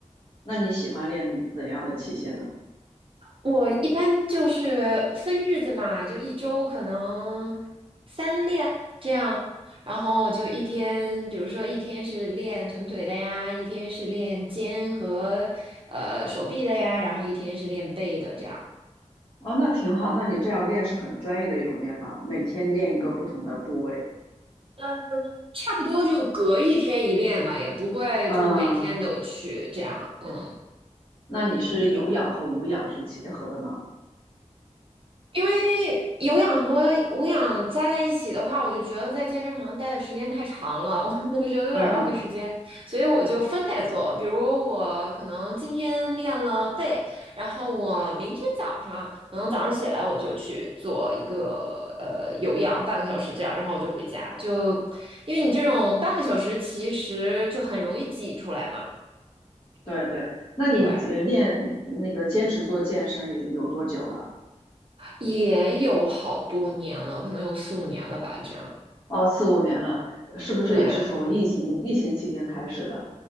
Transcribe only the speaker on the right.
我一般就是分日子嘛，就一周可能三练这样，然后我就一天，比如说一天是练臀腿的呀，一天是练肩和呃手臂的呀，然后一天是练背的这样。
嗯，差不多就隔一天一练吧，也不会就每天都去这样。
嗯
因为有氧和无氧加在一起的话，我就觉得在健身房待的时间太长了，<laughs> 我我觉得有点浪费时间，
所以我就分开做。比如我可能今天练了背，然后我明天早上可能早上起来我就去做一个呃有氧半个小时这样，然后我就回家。就因为你这种半个小时其实就很容易挤出来嘛，
对，也有好多年了，可能有四五年了吧，这样，
对。